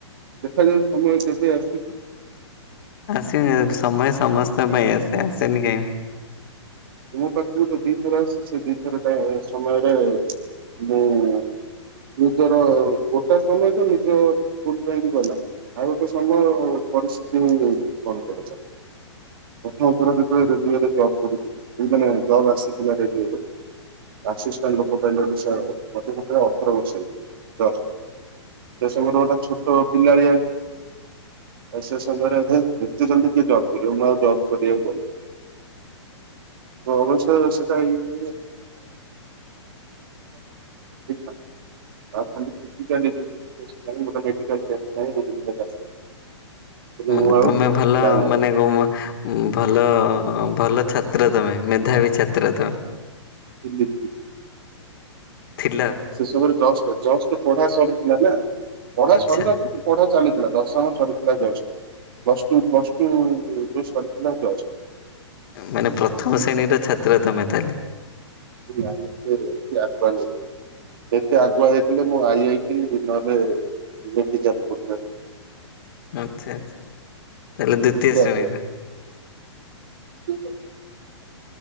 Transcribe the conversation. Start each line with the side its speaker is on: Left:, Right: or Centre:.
Right: ଦେଖାଯାଉ ସମୟ କେବେ ଆସୁଛିି।
Left: ଆସିନି ସମୟ ସମସ୍ତଙ୍କ ପାଇଁ ଆସେ ଆସେନି କାହିଁ
Right: ମୋ ପାଖକୁ ତ ଦିଥର ଆସିଛି ସେ ଦିଥର ଟା ସମୟରେ ମୁଁ। <unintelligible> ଆଉ ଗୋଟେ ସମୟ ପରିସ୍ଥିତି ହ କଣ କରଛ <unintelligible> ଆସିଷ୍ଟାଣ୍ଟ ଲୋକ ପାଇଲଟ୍ ହିସାବରେ ମୋତେ ସେତେବେଳେ ଅଠର ବର୍ଷ ହେଇଥିଲା, ଜଷ୍ଟ। ସେ ସଙ୍ଗରେ ଗୋଟେ ଛୋଟ ପିଲା <unintelligible> ଆଉ ସେ ସମୟରେ ହେ ଏତେ ଜଲଦି କିଏ ଜବ୍ କରିବ ମୁଁ ଆଉ ଜବ୍ କରି <unintelligible> ତ ଅବଶ୍ୟ ସେଟାଇଦ୍ <unintelligible> <unintelligible> ମେଡିକାଲ୍ କେସ୍ ପାଇଁ <unintelligible>
Left: ମାନେ
Right: ମୁଁ ଆଉ
Left: ତମେ ଭଲ
Right: ଯାଇନଥିଲି
Left: ମାନେ କଁ ଭଲ-ଅଁ, ଭଲ ଛାତ୍ର ତମେ। ମେଧାବୀ ଛାତ୍ର ତ।
Right: <inaudible>
Left: ଥିଲା।
Right: ସେ ସବୁରେ ଜଷ୍ଟ ଜଷ୍ଟ ପଢା ସରିଥିଲା ନା, ପଢା
Left: ଆଚ୍ଛା
Right: ସରିଲ ତ ପଢା ଚାଲିଥିଲା ଦଶମ ସରିଥିଲା just. Plus two plus two <unintelligible> ସରିଲା ଜସ୍
Left: ମାନେ, ପ୍ରଥମ ଶ୍ରେଣୀର ଛାତ୍ର ତମେ ତାହେଲେ।
Right: <unintelligible> ଏତେ ଆଗୁଆ ହେଇଥିଲେ ମୁଁ ଆଇଆଇଟି ନହେଲେ ଇଲେକ୍ଟ୍ରିକାଲ ପୋଷ୍ଟ ପାଇ
Left: ତାହେଲେ ଦ୍ଵିତୀୟ
Right: ଏତେ
Left: ଶ୍ରେଣୀର
Right: ଆଗୁଆ ନୁହେଁ